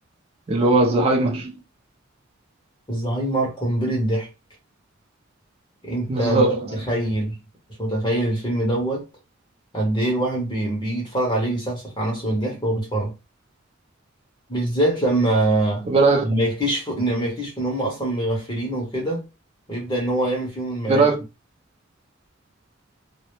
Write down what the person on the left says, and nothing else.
الزهايمر قنبله ضحك انت
مش متخيل مش متخيل الفيلم دوت قد ايه الواحد بي- بيجي يتفرج عليه يسخسخ على نفسه من الضحك وهو بيتفرج بالذات لما
لما يكتشف لما يكتشف ان هم اصلا مغفلين وكده ويبدأ ان هو يعمل فيهم المقالب